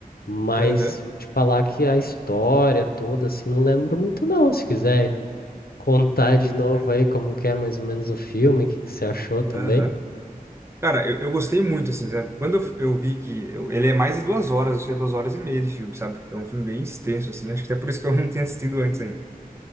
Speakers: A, on the left; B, on the right.
A: mas
B: Aham.
A: te falar que a história toda assim não lembro muito não. Se quiser contar de
B: Uhum.
A: novo aí como que é mais ou menos o filme, o que que você achou também?
B: Aham. Cara, eu, eu gostei muito, assim, sabe? Quando eu, eu vi que eu- ele é mais de duas horas, acho que é duas horas e meia de filme, sabe? Então é um filme bem extenso, assim. Acho que até por isso que eu não tinha assistido antes ainda.